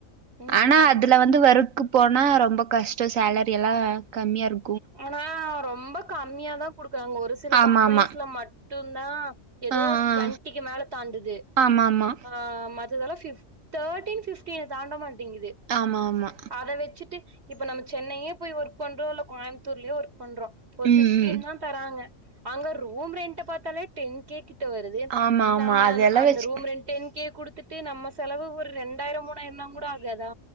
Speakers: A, on the right (about 50°); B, on the right (about 70°).
A: ம்
B: ஆனா அதுல வந்து வரு அங்க போனா ரொம்ப கஷ் சேலரி எல்லாம் கம்மியா இரு
A: ஏனா ரொம்ப கம்மியாதா அங்க ஒரு சில
B: ஆமாமா.
A: கம்பெனிஸ்ல மட்டு டுந்தா ஏதோ
B: ஆ,
A: டுவெண்ட்டிக்கு
B: ஆ.
A: மேல தாண்டுது
B: ஆமாமா.
A: ஆ மத் இதல்லா ஃபிப் தேட்டி ஃபிப்டியன தாண்ட மட் மாட்டேங்குது
B: ஆமாமா.
A: அத வச்சுட்டு இப்ப நம்ம சென்னையே போய் ஒர்க் பண்றோம் இல்ல கோயம் ஊர்லயே ஒரு <inaudible> பண்றோம் ஒரு
B: ம்,
A: ஃபிப்டின்
B: ம்.
A: தான் தராங்க அங்க ரூம் ரெண்ட் பாத்தாலே டென் கே வருது
B: ஆமாமா.
A: நம்ம
B: அதெல்லாம்
A: அந்த
B: வச்சு
A: ரூம் ரெண்டே டென் கே குடுத்து இதுவே நம்ம செலவு ஒரு ரெண்டாயிரம் மூணாயிரனாம் கூட ஆகாதா